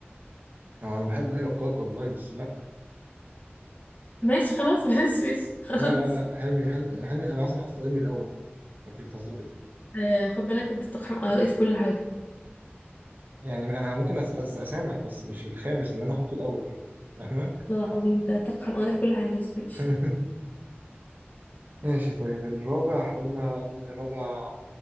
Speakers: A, on the right; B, on the left.
A: أو انا بحب ايوه كاكا والله بس لا
B: ماشي خلاص <laughs> ماشي ماشي خلاص
A: لا لا لا حلمي حلمي حلمي انا اصلا حاطط حلمي الاول انت بتهزري
B: آه خد بالك انت بتقحم ارائي في كل حاجه
A: يعني انا ممكن أس أس اسامح بس مش الخامس اللي انا حاطه الاول فاهمه
B: والله العظيم انت بتقحم ارائي في كل حاجه بس ماشي
A: <laughs> ماشي طيب الرابع قلنا مين الرابع